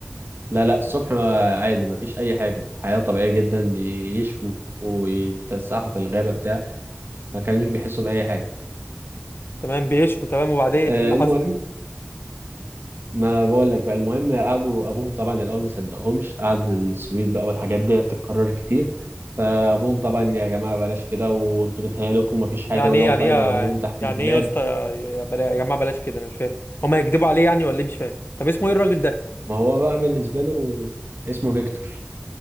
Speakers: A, on the right; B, on the left.
A: لا لا الصبح ما- عادي ما فيش اي حاجه حياه طبيعيه جدا بيشوا ويتفسحوا في الغابه بتاع ما كانوش بيحسوا باي حاجه
B: تمام بيشوا تمام وبعدين
A: آه،
B: ايه اللي
A: المهم
B: حصل
A: ما بقول لك بقى المهم قعدوا ابوهم طبعا الاول ما صدقهمش قعد السويد بقى والحاجات دي تتكرر كتير فابوهم طبعا يا جماعه بلاش كده وانتوا بتهيألكم ومفيش حاجه
B: يعني
A: ويقعد
B: ايه يعني
A: بقى يدور
B: ايه
A: لهم تحت
B: يعني
A: الدولاب
B: ايه يا اسطى يا يا بلا- يا جماعة بلاش كده انا مش فاهم هم هيكدبوا عليه يعني ولا ايه مش فاهم طب اسمه ايه الراجل ده
A: ما هو بقى بالنسبه له اسمه فيكتور